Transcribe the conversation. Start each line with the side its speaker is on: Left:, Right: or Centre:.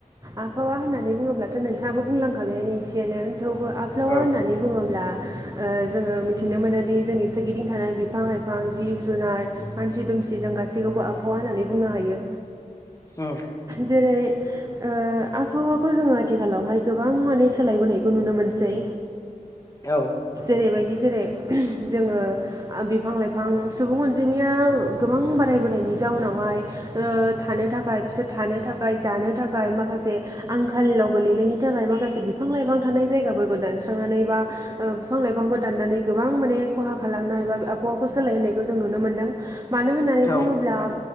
Right: आबहावा होननानै बुङोब्ला दा नोंथाङाबो बुंलांखाबायानो एसेयानो थेवबो आफावा
Left: औ
Right: होननानै बुङोब्ला
Left: <inaudible>
Right: ओ जोङो मिथिनो मोनोदि जोंनि सोरगिदिं थानाय बिफां-लाइफां, जिब-जुनार, मानसि-दुमसि जों गासैबो खौबो आबहावा होननानै बुंनो हायो।
Left: उम
Right: जेरै ओ आबहावाखौ जोङो आथिखालावहाय गोबां माने सोलायबोनायखौ नुनो मोनसै
Left: औ
Right: जेरैबायदि जेरै जोङो बिफां-लाइफां सुबुं अनजिमाया गोबां बाराय बोनायनि जाउनावहाय ओ थानो थाखाय बिसोर थानो थाखाय जानो थाखाय माखासे आंखालाव गोलैनायनि थाखाय माखासे बिफां-लाइफां थानाय जायगाफोरखौ दानस्रांनानै बा ओ बिफां-लाइफांखौ दाननानै गोबां माने खहा खालामनाय बा आबहावाखौ सोलायहोनायखौ जों नुनो मोन्दों मानो होननानै
Left: औ
Right: बुङोब्ला